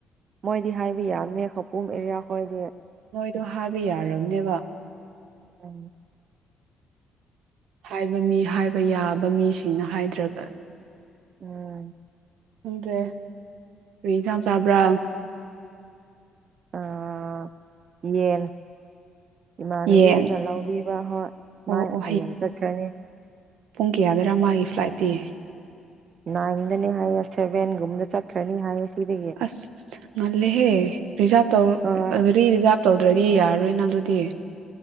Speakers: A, on the right; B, on the right.
A: ꯃꯣꯏ ꯍꯥꯏꯕ ꯌꯥꯕꯅꯦ ꯈꯧꯄꯨꯝ ꯑꯦꯔꯤꯌꯥ ꯍꯣꯏꯗꯤ
B: ꯑꯗꯨ ꯍꯥꯏꯕ ꯌꯥꯔꯕꯅꯦꯕ
A: ꯎꯝ
B: ꯍꯥꯏꯕ ꯃꯤ ꯍꯥꯏꯕ ꯌꯥꯕ ꯃꯤꯁꯤꯡꯅ ꯍꯥꯏꯗ꯭ꯔꯒ
A: ꯎꯝ
B: ꯈꯪꯗ꯭ꯔꯦ ꯀꯔꯤ ꯏꯟꯁꯥꯡ ꯆꯥꯕ꯭ꯔꯥ
A: ꯑꯥ ꯌꯦꯟ ꯏꯃꯥꯟꯅꯕꯤꯗꯨꯅ
B: ꯌꯦꯟ
A: ꯂꯧꯕꯤꯕ ꯍꯣꯏ
B: ꯑꯣ
A: ꯃꯥ
B: ꯑꯣ
A: ꯍꯌꯦꯡ ꯆꯠꯈ꯭ꯔꯅꯤ
B: ꯄꯨꯡ ꯀꯌꯥꯗꯔ ꯃꯥꯒꯤ ꯐ꯭ꯂꯥꯏꯠꯇꯤ
A: ꯅꯥꯏꯟꯗꯅꯤ ꯍꯥꯏꯌꯦ ꯁꯦꯚꯦꯟꯒꯨꯝꯕꯗ ꯆꯠꯈ꯭ꯔꯅꯤ ꯍꯥꯏꯌꯦ ꯁꯤꯗꯒꯤ
B: ꯑꯁ ꯉꯜꯂꯦꯍꯦ ꯔꯤꯖꯥꯞ ꯇꯧꯔ
A: ꯑꯥ
B: ꯒꯥꯔꯤ ꯔꯤꯖꯥꯞ ꯇꯧꯗ꯭ꯔꯗꯤ ꯌꯥꯔꯔꯣꯏꯅ ꯑꯗꯨꯗꯤ